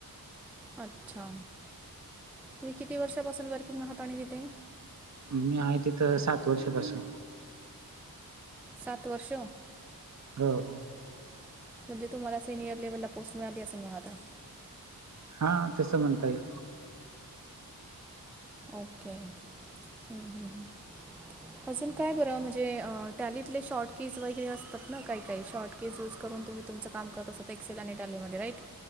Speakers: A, in the centre; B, on the right.
A: अच्छा! तुम्ही किती वर्षापासून वर्किंग आहात आणि तिथे.
B: मी आहे तिथं सात वर्षापासून.
A: सात वर्षं.
B: हो.
A: म्हणजे तुम्हाला सियर लेव्हलला पोस्ट मिळालीे असेल मग आता.
B: हा तसं म्हणता येईल
A: ओके हम्म हम्म हम्म. अजून काय बरं म्हणजे टॅलीतले शॉर्ट केज वगैरे असतात ना काय काही शॉर्ट केज युज करून तुम्ही तुमचं काम करत असत एक्सेल आणि इटालीमध्ये राईट